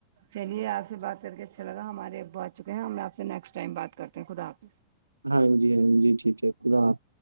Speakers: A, on the right; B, on the right.
A: چلیے آپ سے بات کر کے اچھا لگا ہمارے ابو آ چکے ہیں ہم آپ سے نیکسٹ ٹائم بات کرتے ہیں خدا حافظ
B: ہاں جی ہاں جی ٹھیک ہے خدا آپ